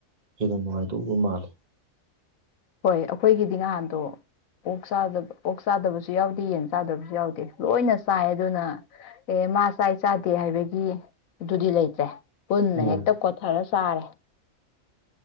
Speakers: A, on the right; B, on the left.
A: ꯏꯅꯅꯨꯡꯥꯏ ꯇꯨꯕ ꯃꯥꯂꯦ
B: ꯍꯣꯏ ꯑꯩꯈꯣꯏꯒꯤꯗꯤ ꯅꯍꯥꯟꯗꯣ ꯑꯣꯛ ꯑꯣꯛ ꯆꯥꯗꯕꯁꯨ ꯌꯥꯎꯗꯦ ꯌꯦꯟ ꯆꯥꯗꯕꯁꯨ ꯌꯥꯎꯗꯦ ꯂꯣꯏꯅ ꯆꯥꯏ ꯑꯗꯨꯅ ꯑꯦ ꯃꯥ ꯆꯥꯏ ꯆꯥꯗꯦ ꯍꯥꯏꯕꯒꯤ ꯑꯗꯨꯗꯤ ꯂꯩꯇ꯭ꯔꯦ ꯄꯨꯟꯅ
A: ꯑꯣ
B: ꯍꯦꯛꯇ ꯀꯣꯊꯔꯁꯤ ꯆꯔ